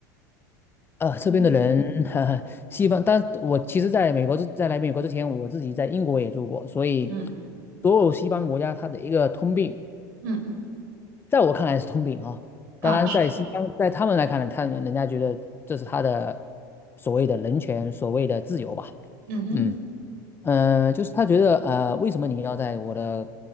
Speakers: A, on the left; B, on the right.
A: 呃，这边的人，
B: 嗯哼，
A: <laughs> 哈哈，西方，但我其实在美国之在来美国之前，我自己在英国也住过，所以
B: 嗯
A: 所有西方国家它的一个通病，
B: 嗯
A: 在我看来是通病哈、
B: 啊，
A: 当然，
B: 是，
A: 在西方，在他们来看呢，他人人家觉得这是他的所谓的人权，所谓的自由吧。
B: 嗯哼，
A: 嗯。呃，就是他觉得，呃，为什么你要在我的